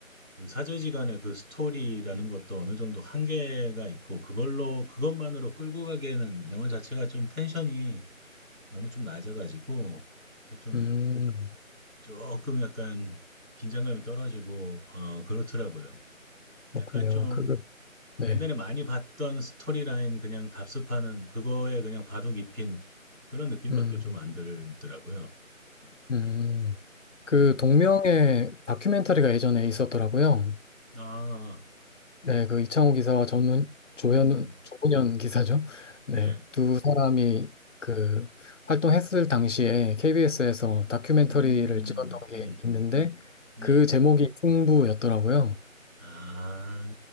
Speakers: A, on the right; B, on the left.
A: 그 사제지간의 그 스토리라는 것도 어느 정도 한계가 있고, 그걸로, 그것만으로 끌고 가기에는 영화 자체가 좀 텐션이 너무 좀 낮아가지고, 좀,
B: 음,
A: 조금 약간 긴장감이 떨어지고, 어, 그렇더라고요.
B: 그렇군요.
A: 약간 좀,
B: 그거, 네.
A: 옛날에 많이 봤던 스토리라인 그냥 답습하는 그거에 그냥 바둑 입힌 그런 느낌밖에
B: 음,
A: 좀 안 들더라고요. 음,
B: 음. 그
A: 음.
B: 동명의 다큐멘터리가 예전에 있었더라고요.
A: 아,
B: 네. 네, 그 이창호 기사와 전훈, 조현
A: 음,
B: 조훈현 기사죠. 네,
A: 네,
B: 두 사람이 그 활동했을 당시에 KBS에서 다큐멘터리를
A: 음,
B: 찍었던 게
A: 음,
B: 있는데
A: 네.
B: 그 제목이 승부였더라고요.
A: 아,